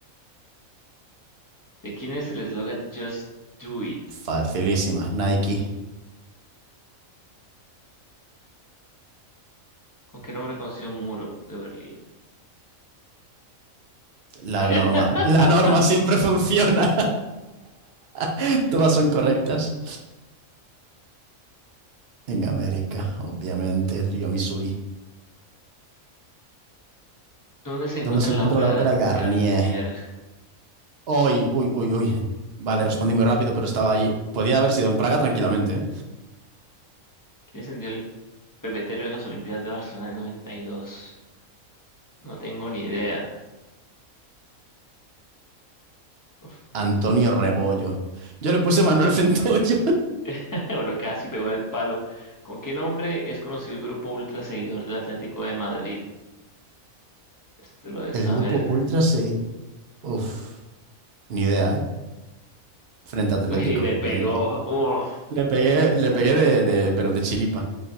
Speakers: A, on the left (about 20°); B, on the right (about 55°).
A: ¿De quién es el eslogan Just Do It?
B: Facilísima. Nike.
A: ¿Con qué nombre conoció un muro de Berlín?
B: La
A: <laughs>
B: norma. La norma siempre funciona. <laughs> Todas son correctas. En América, obviamente, el río Missouri.
A: ¿Dónde se encuentra
B: ¿Dónde se
A: la
B: encuentra
A: ópera
B: la ópera
A: de
B: Garnier?
A: Garnier?
B: Uy, uy, uy, uy. Vale, respondí muy rápido, pero estaba allí. Podía haber sido en Praga tranquilamente. ¿eh?
A: ¿Quién encendió el pebetero en las Olimpiadas de Barcelona en 92? No tengo ni idea. Uf.
B: Antonio Rebollo. Yo le puse Manuel Centollo.
A: <laughs> Eh, Bueno, casi pegó en el palo. ¿Con qué nombre es conocido el grupo ultra seguidor del Atlético de Madrid? Este
B: <laughs>
A: lo de saber.
B: El grupo Ultra
A: <laughs>
B: se... Uf, ni idea, ¿eh? Frente Atlético.
A: Y le pegó.
B: Venga, va.
A: Uf.
B: Le pegué, le pegué de, de- pero de chiripa.